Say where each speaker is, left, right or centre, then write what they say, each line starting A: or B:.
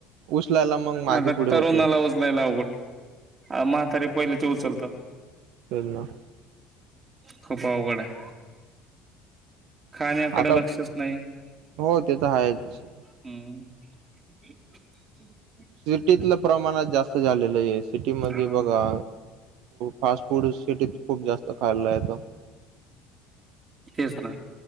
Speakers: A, on the right; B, on the right.
A: उचलायला मगं मागे
B: आता
A: पुढे
B: तरुणाला
A: होतील.
B: उचलायला म्हातारे पहिले ते उचल
A: हो ना.
B: खूप आवघड हाय. खाण्याकडे
A: आता
B: लक्षच नाही
A: हो ते तर आहेच.
B: हम्. ह. <unintelligible>
A: सिटीतलं प्रमाणाच जास्त झालेलं सिटीमध्ये
B: हा
A: बघा, फास्ट फूड सिटीत खूप जास्त त खाल्ला येतो.
B: तेस ना,